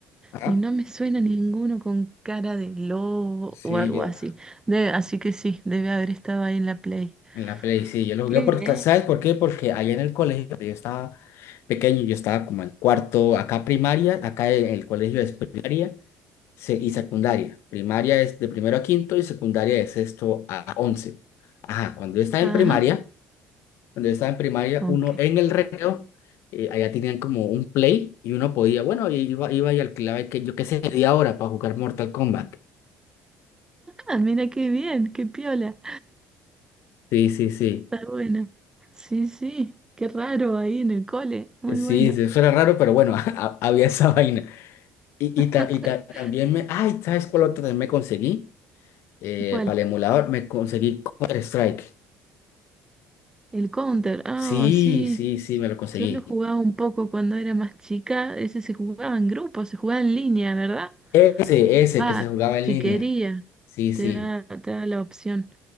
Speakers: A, on the left; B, on the right.
A: Ajá.
B: y no me suena ninguno con cara de lobo
A: Sí,
B: o algo
A: yo.
B: así. De- así que sí, debe haber estado ahí en la Play.
A: En la Play, sí, yo lo jugué
B: Qué
A: porque,
B: bien.
A: ¿sabes por qué? Porque allá en el colegio, cuando yo estaba pequeño, yo estaba como en cuarto, acá primaria, acá en el colegio es primaria se- y secundaria. Primaria es de primero a quinto y secundaria de sexto a once. Ajá, cuando yo estaba
B: Ajá,
A: en primaria, cuando yo estaba en primaria,
B: ok.
A: uno en el recreo, eh, allá tenían como un Play y uno podía, bueno, iba, iba y alquilaba, que, yo qué sé, media hora para jugar Mortal Kombat.
B: Ah, mira qué bien, qué piola.
A: Sí, sí, sí.
B: Está bueno. Sí, sí, qué raro ahí en el cole. Muy
A: Sí,
B: bueno.
A: sí, eso era raro, pero bueno, <laughs> ha- había esa vaina. Y,
B: <laughs>
A: y, ta- y ta- también me... Ay, ¿sabes cuál otro también me conseguí? Eh,
B: ¿Cuál?
A: para el emulador me conseguí Counter-Strike.
B: El Counter, ah,
A: Sí,
B: sí.
A: sí, sí, me lo conseguí.
B: Yo lo jugaba un poco cuando era más chica. Ese se jugaba en grupo, se jugaba en línea, ¿verdad?
A: Ese, ese
B: Va,
A: que se jugaba en
B: si
A: línea.
B: quería,
A: Sí,
B: te
A: sí.
B: da, te da la opción.